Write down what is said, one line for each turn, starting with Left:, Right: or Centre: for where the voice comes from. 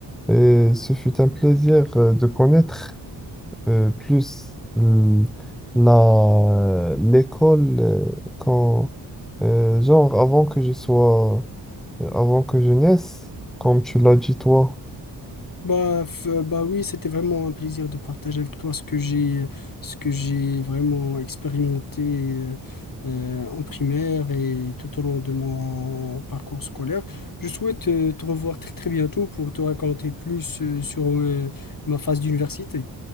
Centre: Et ce fut un plaisir euh, de connaître euh, plus l- la, l'école euh, quand, euh, genre, avant que je sois avant que je naisse, comme tu l'as dit toi,
Left: Bah, f- euh, bah oui, c'était vraiment un plaisir de partager avec toi ce que j'ai ce que j'ai vraiment expérimenté euh, euh, en primaire et tout au long de mon parcours scolaire. Je souhaite euh, te revoir très très bientôt pour te raconter plus euh, sur euh, ma phase d'université.